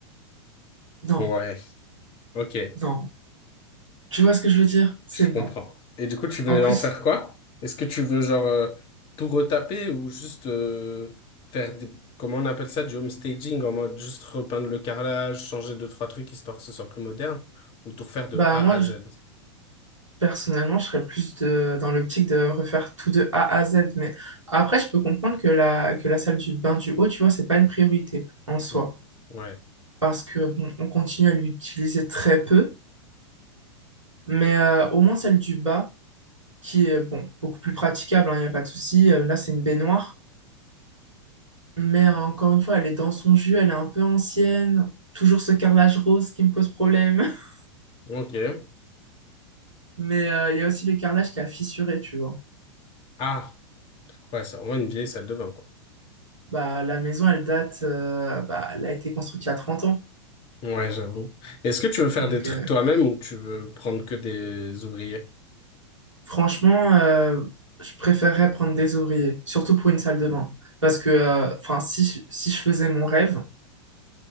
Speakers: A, on the right (about 85°); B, on the left (about 35°).
A: Non,
B: Ouais, ok.
A: non. Tu vois ce que je veux dire? C'est
B: Je comprends.
A: non.
B: Et du coup, tu veux
A: En plus,
B: en faire quoi? Est-ce que tu veux genre euh, tout retaper ou juste euh, faire des, comment on appelle ça, du home staging en mode juste repeindre le carrelage, changer deux, trois trucs histoire que ce soit plus moderne ou tout refaire de
A: bah,
B: A
A: moi,
B: à Z?
A: je- Personnellement, je serais plus de, dans l'optique de refaire tout de A à Z. Mais après, je peux comprendre que la, que la salle du bain du haut, tu vois, c'est pas une priorité en soi.
B: Mm. Ouais.
A: Parce que, bon, on continue à l'utiliser très peu. Mais euh, au moins celle du bas, qui est, bon, beaucoup plus praticable, il n'y a pas de souci. Euh, Là, c'est une baignoire. Mais euh, encore une fois, elle est dans son jus, elle est un peu ancienne. Toujours ce carrelage rose qui me pose problème. <laughs>
B: Ok.
A: Mais euh, il y a aussi le carrelage qui a fissuré, tu vois.
B: Ah, ouais, c'est vraiment une vieille salle de bain, quoi.
A: Bah, la maison, elle date, euh, bah, elle a été construite il y a 30 ans.
B: Ouais, j'avoue. Est-ce que tu veux faire
A: Donc,
B: des trucs
A: euh,
B: toi-même ou tu veux prendre que des ouvriers?
A: franchement, euh, je préférerais prendre des ouvriers, surtout pour une salle de bain. Parce que, euh, enfin, si, je- si je faisais mon rêve,